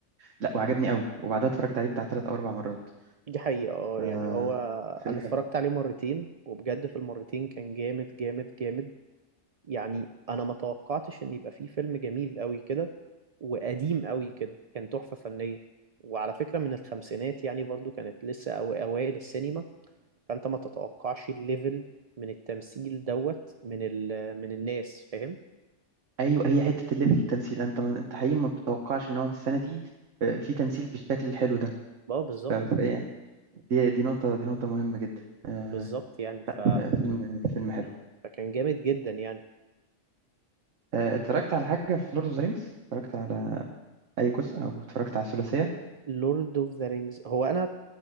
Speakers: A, on the right (about 75°); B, on the right (about 50°).
A: لا وعجبني قوي وبعدها اتفرجت عليه بتاع ثلاث او اربع مرات
B: دي حقيقة اه
A: آه
B: يعني هو
A: فيلم
B: انا اتفرجت
A: حلو
B: عليه مرتين وبجد في المرتين كان جامد جامد جامد يعني انا ما توقعتش ان يبقى فيه فيلم جميل قوي كده وقديم قوي كده كان تحفة فنية وعلى فكرة من الخمسينات يعني برضو كانت لسه أو اوائل السينما فانت ما تتوقعش الليفل من التمثيل دوت من ال من الناس فاهم
A: ايوه هي حته الليفل التمثيل انت ما انت حقيقي ما بتتوقعش ان هو في السنه دي آه، في تمثيل بالشكل الحلو ده
B: اه بالظبط
A: ف- فيعني دي دي نقطه دي نقطه مهمه جدا آه
B: بالظبط يعني ف...
A: آه، فيلم فيلم حلو
B: فكان جامد جدا يعني
A: آه اتفرجت على حاجه في لورد اوف ذا رينجز اتفرجت على اي جزء او اتفرجت على الثلاثيه
B: لورد اوف ذا رينجز هو انا